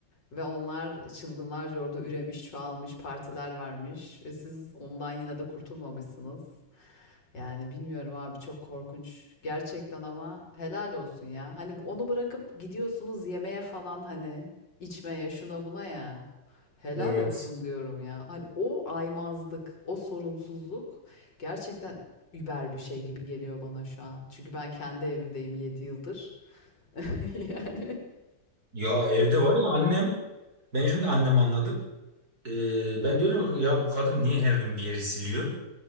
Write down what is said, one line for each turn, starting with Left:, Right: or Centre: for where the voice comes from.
Left: Ve onlar çılgınlarca orada üremiş, çoğalmış, partiler vermiş ve siz ondan yine de kurtulmamışsınız. Yani bilmiyorum abi çok korkunç. Gerçekten ama helal olsun ya. Hani onu bırakıp gidiyorsunuz yemeğe falan hani içmeye şuna buna ya. Helal
Right: Evet.
Left: olsun diyorum ya. Hani o aymazlık, o sorumsuzluk gerçekten über bir şey gibi geliyor bana şu an. Çünkü ben kendi evimdeyim 7 yıldır. <laughs> Yani
Right: Ya evde var ya annem ben şimdi annemi anladım. Ee, ben diyorum ki, ya bu kadın niye her gün bir yeri siliyor?